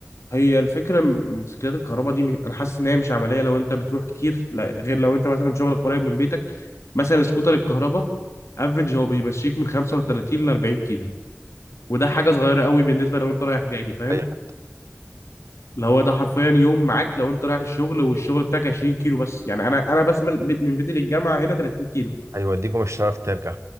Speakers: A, on the left (about 85°); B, on the right (about 85°).
A: هي الفكره م- موتوسيكلات الكهرباء دي مش... انا حاسس ان هي مش عمليه لو انت بتروح كتير لا غير لو انت مثلا شغلك قريب من بيتك مثلا سكوتر الكهرباء افريج هو بيمشيك من 35 ل 40 كيلو وده حاجه صغيره قوي بالنسبه لو انت رايح جاي فاهم
B: أي حد
A: اللي هو ده حرفيا يوم معاك لو انت رايح الشغل والشغل بتاعك 20 كيلو بس يعني انا انا بس من بيت- من بيتي للجامعه هنا 30 كيلو
B: هيوديكم مش هتعرف ترجع